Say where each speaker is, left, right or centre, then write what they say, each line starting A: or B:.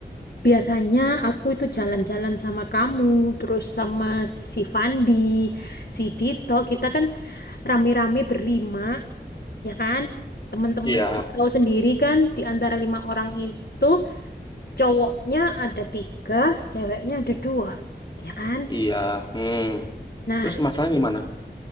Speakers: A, on the left; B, on the left.
A: Biasanya aku itu jalan-jalan sama kamu, terus sama si Fandi, si Dito. Kita kan rame-rame berlima ya kan? Teman-teman
B: Iya,
A: kamu tahu sendiri kan di antara lima orang itu cowoknya ada tiga, ceweknya ada dua, ya kan?
B: iya, hmm.
A: Nah,
B: Terus masalahnya di mana?